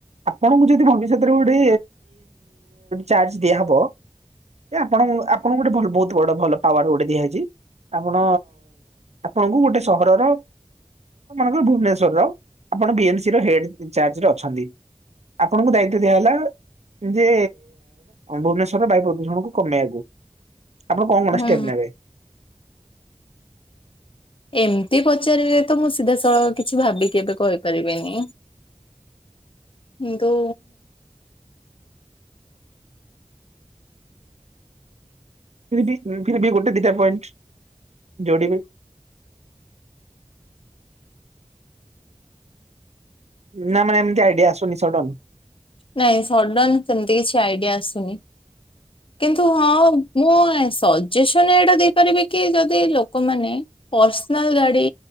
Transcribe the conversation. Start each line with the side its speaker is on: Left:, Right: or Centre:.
Right: ଆପଣଙ୍କୁ ଯଦି ଘନିଷତରେ ଚଜ ଦିଆହବ ଆପଣ ଆପଣ ଗୋଟେ ଭଲ ବଡ ଭଲ ପାୱାର ଗୋଟେ ଦିଆଯାଇଛି ଆପଣ ଆପଣଙ୍କୁ ଗୋଟେ ସହରର ଆଙ୍କର ଭୁବନେଶ୍ଵରର ଆପଣ ବି ଏମ ସି ର ହେଡ ଇଚଜ ଅଛନ୍ତି। ଆପଣଙ୍କୁ ଦାୟିତଵ ଦିଆହଲା ଯେ ଭୁବନେଶ୍ଵର ବାୟୁ ପ୍ରଦୂଷଣ କୁ କମେଇବାକୁ ଆପଣ କଣ
Left: ହୁଁ
Right: କଟେ ଷ୍ଟେପ୍ ନେବେ?
Left: ଏମିତି ପଚାରିବେ ତ ମୁଁ ସିଧା ସଳଖ କିଛି ଭାବିକି କେବେ କହିପାରିବିନି। ନ୍ତୁ
Right: ପିର୍ବି ଫିର୍ବି ଗୋଟେ ଦିଟା ପଏଣ୍ଟ ଯୋଡ଼ିବେ ନା ମାନେ ଏମିତି ଆଇଡିଆ ଆସୁନି ସଡନ।
Left: ନାଇଁ ସଡନ ସେମିତି କିଛି ଆଇଡିଆ ସୁନି କିନ୍ତୁ ହଁ ମୁଁ ଆସ୍ ସଜେସନ ଏଇଟା ଦେଇପାରିବି କି ଯଦି ଲୋକମାନେ ପର୍ସନାଲ ଗାଡି